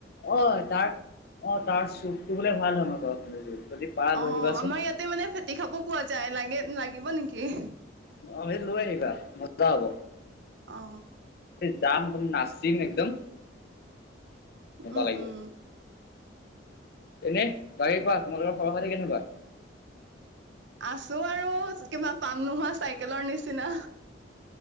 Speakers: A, on the left; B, on the right.
A: অঁ তাৰ, অঁ তাৰ চুপটো বোলে ভাল হয় ন ঘৰখনে যদি- পাৰা
B: অঁ,
A: লৈ আহিবাচোন।
B: অঁ আমাৰ ইয়াতে মানে ফেটি সাপো পোৱা যায়, লাগে লাগিব নেকি?
A: অঁ সেইটো লৈ আহিবা মজা হব।
B: অ
A: যাম নাচিম একদম মজা
B: উম
A: লাগিব।
B: উম
A: এনে বাকী কোৱা তোমালোকৰ খৱৰ খাতি কেনেকুৱা?
B: আছো আৰু কিবা পাম নোহোৱা চাইকেলৰ নিচিনা।